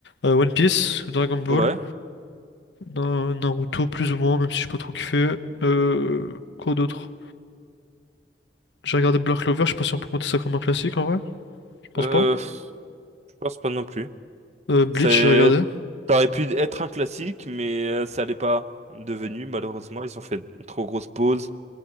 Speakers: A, on the left; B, on the right.
A: Euh, One Piece, Dragon Ball,
B: Ouais,
A: Na- Naruto, plus ou moins, même si je pas trop kiffé. Euh, quoi d'autre? J'ai regardé Black Clover, je sais pas si on peut compter ça comme un classique en vrai. Je pense
B: euh,
A: pas.
B: je pense pas non plus.
A: Euh, Bleach,
B: C'est...
A: j'ai regardé.
B: Ça aurait pu être un classique, mais euh, ça l'est pas devenu, malheureusement. Ils ont fait une trop grosse pause.